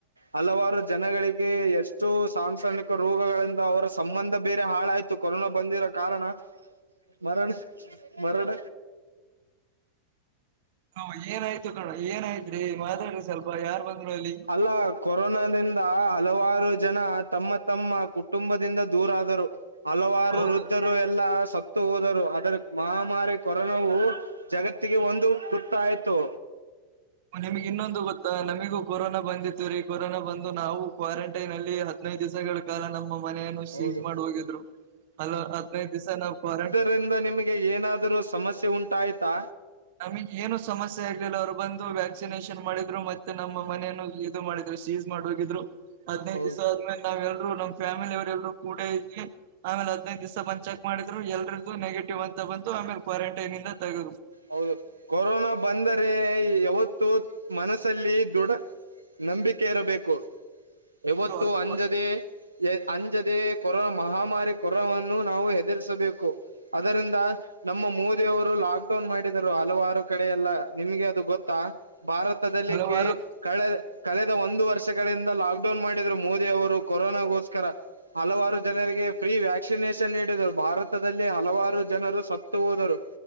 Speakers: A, on the right (about 85°); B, on the right (about 50°).
A: ಹಲವಾರು ಜನಗಳಿಗೆ ಎಷ್ಟು ಸಾಂಸಮಿಕ ರೋಗಗಳಿಂದ ಅವರ ಸಂಬಂಧ ಬೇರೆ ಹಾಳಾಯ್ತು. ಕೊರೋನಾ ಬಂದಿರೋ ಕಾರಣ ಮರಣ ಮರಣ
B: ಹಾ ಏನಾಯ್ತು ಕಣ್ ಏನಾಯ್ತ್ ರೀ ಮಾತಾಡು ಸ್ವಲ್ಪ ಯಾರ್ ಬಂದ್ರು ಅಲ್ಲಿ.
A: ಅಲ್ಲಾ ಕೊರೋನಾದಿಂದ ಹಲವಾರು ಜನ ತಮ್ಮ ತಮ್ಮ ಕುಟುಂಬದಿಂದ ದೂರ ಆದರು. ಹಲವಾರು
B: ಹೌದು
A: ವೃದ್ಧರು ಎಲ್ಲಾ ಸತ್ತು ಹೋದರು. ಅದರ ಮಹಾಮಾರಿ ಕೊರೋನಾವು. ಜಗತ್ತಿಗೆ ಒಂದು ಕುತ್ತ ಆಯ್ತು.
B: ನಿಮ್ಗ್ ಇನ್ನೊಂದು ಗೊತ್ತಾ ನಮಗೂ ಕೊರೋನಾ ಬಂದಿತ್ತು ರೀ ಕೊರೋನಾ ಬಂದು ನಾವು ಕ್ವಾರಂಟೈನ್ ಅಲ್ಲಿ ಹದ್ನೈದು ದಿವಸಗಳು. ಈ ಕಾಲ ನಮ್ಮ ಮನೆಯನ್ನು ಸೀಜ್
A: ಹೌದು
B: ಮಾಡ್ ಹೋಗಿದ್ರು ಅ ಹದ್ನೈದು ದಿವಸ ನಾವು ಕೋರೆಂಟ್.
A: ಇಂದ ನಿಮಗೆ. ಹೇ ಏನಾದ್ರು ಸಮಸ್ಯೆ ಉಂಟಾಯ್ತಾ?
B: ನಮಗ್ ಏನು ಸಮಸ್ಯೆ ಆಗ್ಲಿಲ್ಲ ಅವ್ರು ಬಂದು ವ್ಯಾಕ್ಸಿನೇಷನ್ ಮಾಡಿದ್ರು ಮತ್ತೆ ನಮ್ಮ ಮನೆಯನು. ಮಾಡಿದ್ರು ಸಿಜ್ ಮಾಡಿ ಹೋಗಿದ್ರು ಹದ್ನೈದು
A: ಹೌದು
B: ದಿವ್ಸ ಆದ್ಮೇಲೆ ನಾವೆಲ್ಲರೂ ನಮ್ ಫ್ಯಾಮಿಲಿಯವ್ರ ಎಲ್ರು ಕೂಡ ಇದ್ವಿ ಆಮೇಲೆ ಐದಿನೈದಿವಸ ಬಂದ ಚೆಕ್ ಮಾಡಿದ್ರು ಎಲ್ರದ್ದು ನೆಗೆಟಿವ್ ಅಂತ ಬಂತ್ತು ಆಮೇಲೆ ಕ್ವಾರಂಟೈನ್ ಇಂದ ತಗರು.
A: ಹೌದು ಕೊರೋನಾ ಬಂದರೆ ಯಾವತ್ತು ಮನಸಲ್ಲಿ ದೃಡ. ನಂಬಿಕೆ ಇರಬೇಕು ಯಾವತ್ತು
B: ಹೌದು ಅದು
A: ಅಂಜದೇ ಎ ಅಂಜದೇ ಕೊರೋನಾ ಮಹಾಮಾರಿ ಕೊರನಾ ವನ್ನು ನಾವು ಹೆದರಿಸಬೇಕು. ಅದರಿಂದ. ನಮ್ಮ ಮೋದಿ ಅವರು ಲಾಕ್ ಡೌನ್ ಮಾಡರು ಹಲವಾರು ಕಡೆ ಎಲ್ಲಾ ನಿಮ್ಗೆ ಅದು ಗೊತ್ತಾ? ಭಾರತದಲ್ಲಿ
B: ಹಲವಾರು
A: ಕೆ ಕಳೆ. ಕಳೆದ ಒಂದು ವರ್ಷಗಳಿಂದ ಲಾಕ್ಡೌನ್ ಮಾಡಿದ್ರು ಮೋದಿ ಅವರು ಕೊರೋನಾಗೋಸ್ಕರ. ಹಲವಾರು ಜನರಿಗೆ ಫ್ರೀ ವ್ಯಾಕ್ಸಿನೇಷನ್ ನೀಡಿದರು ಭಾರತದಲ್ಲಿ ಹಲವಾರು ಜನರು ಸತ್ತು ಹೋದರು.